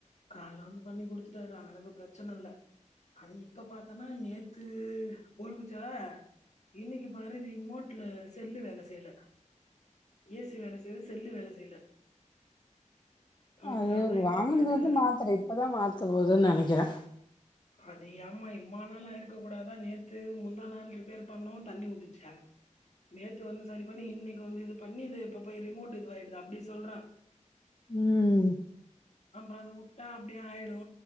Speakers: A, on the left; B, on the left.
A: காலைல வந்து பண்ணி குடுத்துட்டாரு ஆன அதுக்கு பிரச்சன இல்ல அது இப்ப பத்தோன்னா நேத்து ஒழுவுச்சா இன்னைக்கி பாரு ரிமோட்ல செல்லு வேல செய்யல ஏ சி வேல செய்யுது செல்லு வேல செய்யல அப்புறம்
B: அது
A: அதான்
B: வாங்குனதுலந்து
A: இப்ப போயிட்டு
B: மாத்தல இப்பதா மாத்த போதுன்னு நெனைக்கிறே
A: அது ஏம்மா இம்மா நாள ஆயிருக்க கூடாதா நேத்து முந்தா நாள் ரிப்பேர் பண்ணோ தண்ணி ஊதிச்சா நேத்து வந்து சரி பண்ணி இன்னைக்கி வந்து இது பண்ணி இது இப்ப போய் ரிமோட் இதுவாயிடுத அப்டி சொல்ற
B: ம்
A: அப்புற அது வுட்டா அப்டியே ஆயிடு